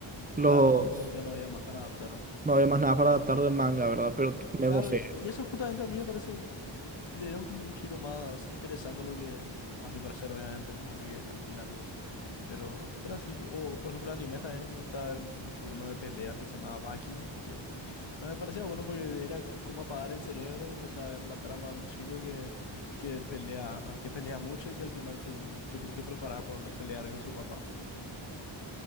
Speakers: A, on the right (about 20°); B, on the left (about 65°).
A: los
B: claro, cuando ya no había más para adaptar. ah.
A: No había más nada para adaptar del manga, ¿verdad? Pero t- me-
B: Claro,
A: no sé.
B: y eso justamente a mí me parece, le dieron como un giro más interesante a lo que, a mi parecer obviamente, a lo que al final es. Pero, pero así, o por ejemplo animes también me gustaba ver mucho uno de peleas que se llamaba Baki, que o sea, me parecía bueno porque era como apagar el cerebro y empezar a ver la trama de un chico que, que pelea, que pelea mucho y que al final se, se tiene que preparar para una, pelear con su papá.